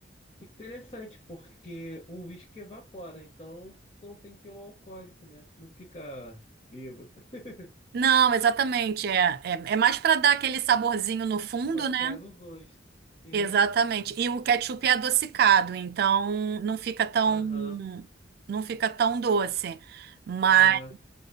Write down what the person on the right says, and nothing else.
Não, exatamente. É, é, é mais para dar aquele saborzinho no fundo,
né?
Exatamente. E o ketchup é adocicado, então não fica tão
não fica tão doce, mas